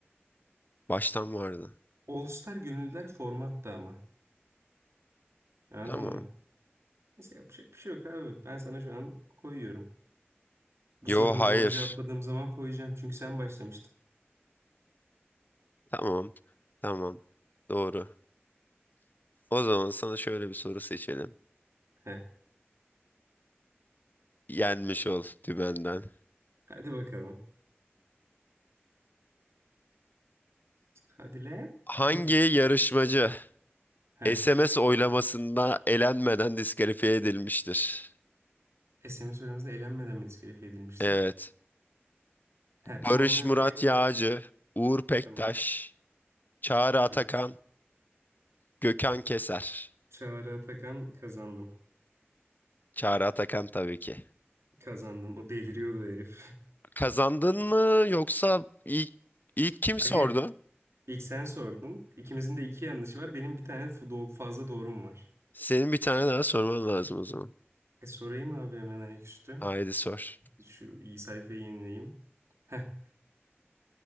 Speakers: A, on the left; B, on the right.
A: Baştan vardı.
B: All Star gönüllüler formatta ama. Anladın
A: Tamam.
B: mı? Neyse yapacak bir şey yok abi. Ben sana şu an koyuyorum. Bu
A: Yo
B: sorunu
A: hayır.
B: doğru cevapladığım zaman koyacağım. Çünkü sen başlamıştın.
A: Tamam. Tamam. Doğru. O zaman sana şöyle bir soru seçelim.
B: Heh.
A: Yenmiş ol dümenden.
B: Hadi bakalım. Hadi lan.
A: Hangi
B: <laughs>
A: yarışmacı
B: Heh.
A: SMS oylamasında elenmeden diskalifiye edilmiştir.
B: SMS oylamasında elenmeden mi diskalifiye edilmiştir?
A: Evet.
B: He
A: Barış
B: tamam okey
A: Murat
B: okey.
A: Yağcı, Uğur Pektaş,
B: Tamam.
A: Çağrı Atakan,
B: Evet.
A: Gökhan Keser.
B: Çağrı Atakan kazandım.
A: Çağrı Atakan tabii ki.
B: Kazandım. O deliriyordu herif.
A: Kazandın mı yoksa ilk, ilk
B: <laughs>
A: kim sordu?
B: Aga ilk sen sordun. İkimizin de iki yanlışı var. Benim bir tane f- do- fazla doğrum var.
A: Senin bir tane daha sorman lazım o zaman.
B: E sorayım abi hemen ayaküstü.
A: Haydi sor.
B: Şu iyi sayfayı yenileyim. Heh. <sighs>